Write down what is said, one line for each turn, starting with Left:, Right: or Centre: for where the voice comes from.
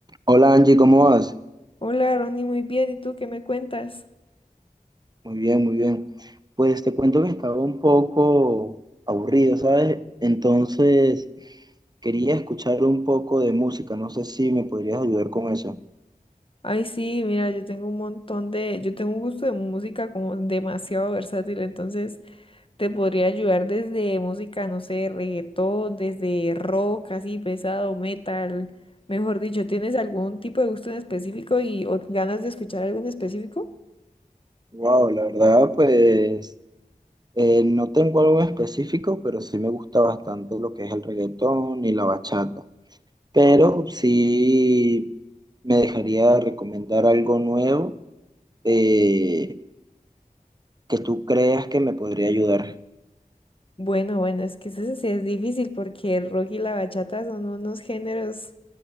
Right: Hola Angie, ¿cómo vas?
Left: Hola, Ronnie, muy bien. ¿Y tú qué me cuentas?
Right: Muy bien, muy bien. Pues te cuento que estaba un poco aburrido, ¿sabes? Entonces quería escuchar un poco de música, no sé si me podrías ayudar con eso.
Left: Ay, sí, mira, yo tengo un montón de, yo tengo un gusto de música como demasiado versátil, entonces te podría ayudar desde música, no sé, reggaetón, desde rock, así pesado, metal. Mejor dicho, ¿tienes algún tipo de gusto en específico y o ganas de escuchar algo en específico?
Right: Wow, la verdad, pues eh, no tengo algo en específico, pero sí me gusta bastante lo que es el reggaetón y la bachata. Pero sí me dejaría recomendar algo nuevo eh, que tú creas que me podría ayudar.
Left: Bueno, bueno, es que eso sí es difícil porque el rock y la bachata son unos géneros